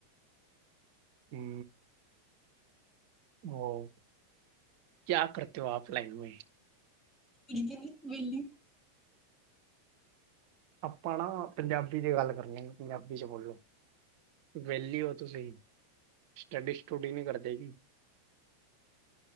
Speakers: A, on the right; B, on the left.
A: ਹੂੰ ਓ ਕਿਆ ਕਰਤੇ ਹੋ ਆਪ ਲਾਈਨ ਮੇ
B: ਕੁਝ ਵੀ ਨੀ ਵੇਲੀ
A: ਆਪਾਂ ਨਾ ਪੰਜਾਬੀ 'ਚ ਗੱਲ ਕਰਨੀ ਪੰਜਾਬੀ 'ਚ ਬੋਲੋ। ਵੇਲੀ ਓ ਤੁਸੀਂ ਸਟੱਡੀ ਸਟੂਡੀ ਨਈ ਕਰਦੇ।